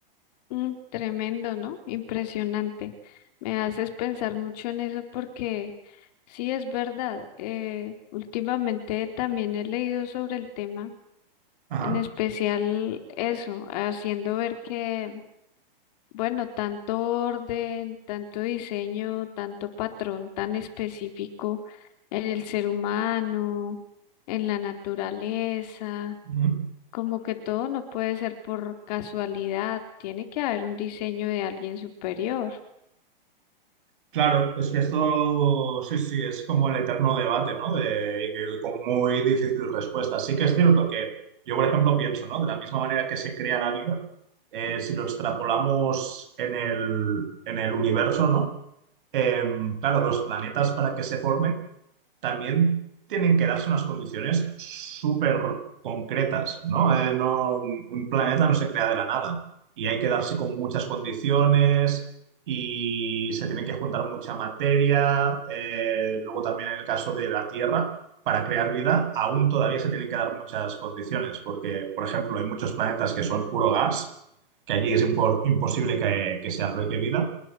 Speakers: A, on the left; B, on the right.
A: Mm, tremendo, ¿no? Impresionante. Me haces pensar mucho en eso porque sí es verdad, eh, últimamente también he leído sobre el tema
B: Ajá.
A: En especial eso, haciendo ver que, bueno, tanto orden, tanto diseño, tanto patrón tan específico en el ser humano, en la naturaleza,
B: Ujú.
A: como que todo no puede ser por casualidad, tiene que haber un diseño de alguien superior.
B: Claro, es que esto sí, sí, es como el eterno debate, ¿no? De, y que con muy difícil respuesta. Sí que es cierto que yo, por ejemplo, pienso, ¿no? De la misma manera que se crea la vida, eh, si lo extrapolamos en el, en el universo, ¿no? Eh, claro, los planetas para que se formen también tienen que darse unas condiciones súper concretas, ¿no? Eh, no- Un planeta no se crea de la nada y hay que darse con muchas condiciones y se tiene que juntar mucha materia. eh, luego también en el caso de la Tierra, para crear vida aún todavía se tienen que dar muchas condiciones porque, por ejemplo, hay muchos planetas que son puro gas, que allí es impor- imposible que que se albergue vida.